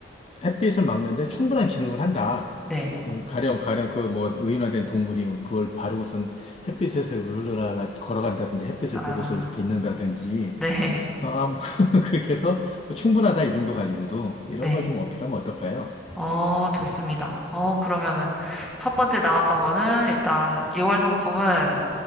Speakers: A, on the left; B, in the centre.
A: 햇빛을 막는데 충분한 기능을 한다.
B: 네,
A: 어, 가령 가령 그 뭐 의인화된 동물이 그걸 바르고선 햇빛에서 우르르라 걸어간다든지 햇빛을
B: 아,
A: 보고서 이렇게 있는다든지
B: 네, <laughs>
A: 어, 아, 뭐 <laughs> 그렇게 해서 뭐 충분하다 이 정도 가지고도 이런
B: 네.
A: 걸 좀 어필하면 어떨까요?
B: 어, 좋습니다. 어, 그러면은 첫 번째 나왔던 거는 일단 2월 상품은